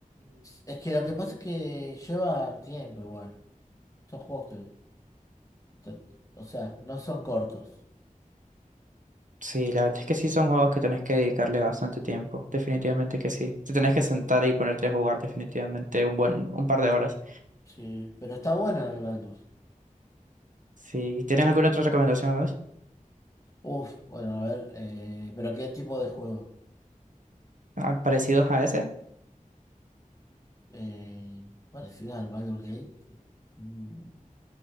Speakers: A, on the left; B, on the right.
A: Es que lo que pasa es que llevan tiempo igual. Son juegos que, te- o sea, no son cortos.
B: Sí, la verdad es que sí son juegos que tenés que dedicarle bastante tiempo. Definitivamente que sí. Te tenés que sentar y ponerte a jugar definitivamente un buen, un par de horas.
A: Sí, pero está bueno el Baldur.
B: Si ¿tienes alguna otra recomendación más?
A: Uf, bueno, a ver, eh, pero ¿qué tipo de juego?
B: Ah, ¿Parecidos a ese?
A: Eh, parecido al Baldur's Gate. Mm.